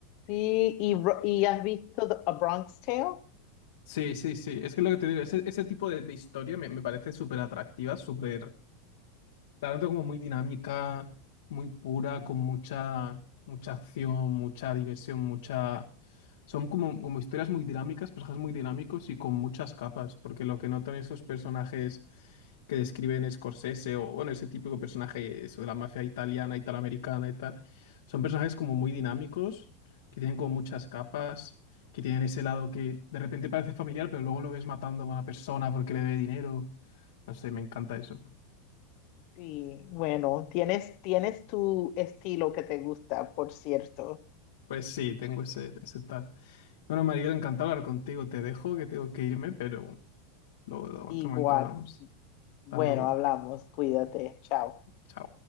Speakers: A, on the left (about 55°); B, on the left (about 80°).
A: sí. ¿Y, Ro-
B: Eh,
A: y has visto The- A Bronx Tale?
B: Sí, sí, sí. Es que lo que te digo, ese, ese tipo de, de historia me, me parece súper atractiva, súper La noto como muy dinámica, muy pura, con mucha, mucha acción, mucha diversión, mucha... Son como, como historias muy dinámicas, personajes muy dinámicos y con muchas capas, porque lo que noto en esos personajes que describen Scorsese o, bueno, ese típico personaje, eso de la mafia italiana, italoamericana y tal, son personajes como muy dinámicos, que tienen como muchas capas, que tienen ese lado que de repente parece familiar, pero luego lo ves matando a una persona porque le debe dinero. No sé, me encanta eso.
A: Sí, bueno, tienes, tienes tu estilo que te gusta, por cierto.
B: Pues sí, tengo ese, ese tal. Bueno, María, encantado hablar contigo. Te dejo que tengo que irme, pero luego en
A: Igual.
B: otro momento hablamos. Hasta
A: Bueno,
B: luego.
A: hablamos, cuídate, chao.
B: Chao.